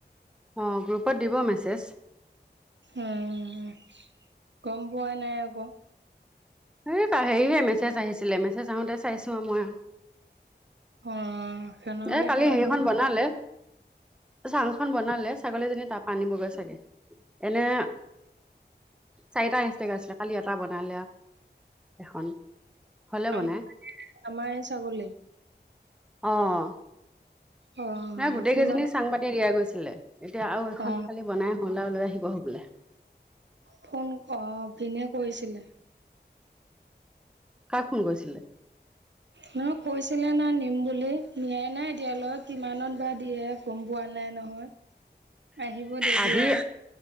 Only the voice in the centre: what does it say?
অ গ্ৰুপত দিব মেছেজ।
এই হেৰিহে মেছেজ আহিছিলে মেছেজ আহোতে চাইছো মই।
এ কালি
হেৰিখন বনালে। চাংখন বনালে ছাগলীজনী তাৰ পা আনিবগৈ চাগে এনে। চাৰিটা এচটাকে আছিলে কালি এটা বনালে। এখন হলে
বনাই।
অহ।
গোটেই
কেইজনীক চাং পাতি দিয়া গৈছিলে এতিয়া আৰু এখন
খালি বনাই হলাও লৈ আহিব হবলা।
কাক ফোন কৰিছিলে।
আধি